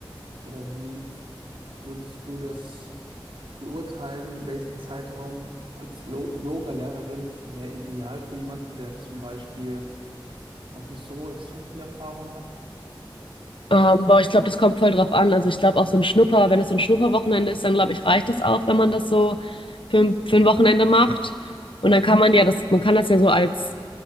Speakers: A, on the right (about 90°); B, on the left (about 75°).
A: Oder wie würdest du das beurteilen, welchen Zeitraum als Lo- Yoga-Lehrerin wäre ideal für jemanden, der zum Beispiel noch nicht so extrem viel Erfahrung hat?
B: Ähm, boah, ich glaube, das kommt voll drauf an. Also ich glaube auch so ein Schnupper, wenn es so ein Schnupperwochenende ist, dann glaube ich, reicht das auch, wenn man das so für, ein- für ein Wochenende macht. Und dann kann man ja das, man kann das ja so als